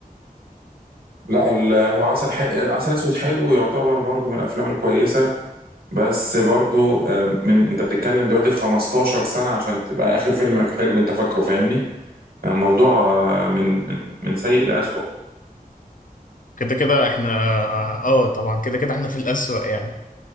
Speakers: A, on the right; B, on the left.
A: لا ال- هو عسل ح... عسل اسود حلو يعتبر برضو من الافلام الكويسة بس برضو آه، من انت بتتكلم دلوقتي في 15 سنة عشان تبقى اخر فيلم حلو انت فاكره فاهمني يعني الموضوع آه، من من من سيء لأسوأ
B: كده كده احنا اه آه، طبعا كده كده احنا في الأسوأ يعني